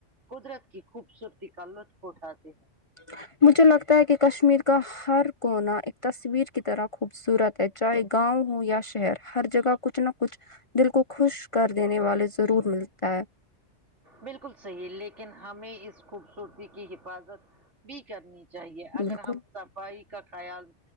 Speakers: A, on the right; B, on the left.
A: قدرت کی خوبصورتی کا لطف اٹھاتے ہیں
B: تو مجھے لگتا ہے کہ کشمیر کا ہر کونا ایک تصویر کی طرح خوبصورت ہے چاہے گاؤں ہو یا شہر ہر جگہ کچھ نہ کچھ کچھ دل کو خوش کر دینے والے ضرور ملتا ہے
A: بالکل صحیح لیکن ہمیں اس خوبصورتی کی حفاظت بھی کرنی چاہیے اگر
B: بالکل
A: ہم صفائی کا خیال